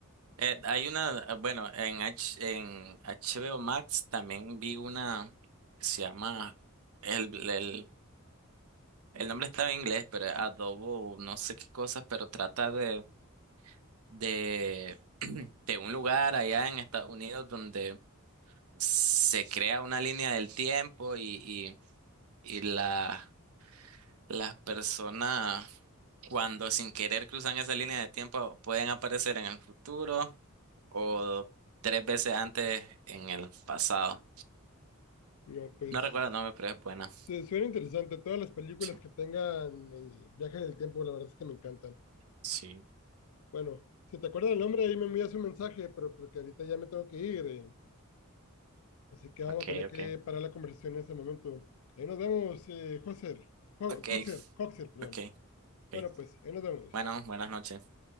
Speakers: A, on the right; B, on the left.
A: eh, hay una, eh, bueno, en, H, en HBO Max también vi una que se llama el el El nombre estaba en inglés, pero es Adobo, no sé qué cosas, pero trata de, de, <clears throat> de un lugar allá en Estados Unidos donde se crea una línea del tiempo y, y, y la, las personas cuando sin querer cruzan esa línea de tiempo pueden aparecer en el futuro o tres veces antes en el pasado.
B: No, pues,
A: No recuerdo
B: eh,
A: el nombre, pero es buena.
B: se suena interesante. Todas las películas
A: Sí,
B: que tengan eh, viaje en el tiempo, la verdad es que me encantan.
A: sí,
B: Bueno, si te acuerdas el nombre, ahí me envías un mensaje, pero porque ahorita ya me tengo que ir, eh, así que vamos
A: ok,
B: a tener
A: ok.
B: que parar la conversación en ese momento. Ahí nos vemos, eh, Joser, Jo-
A: Ok,
B: Coxer, Coxer, perdón.
A: ok, ok.
B: Bueno, pues, ahí nos vemos.
A: Bueno, buenas noches.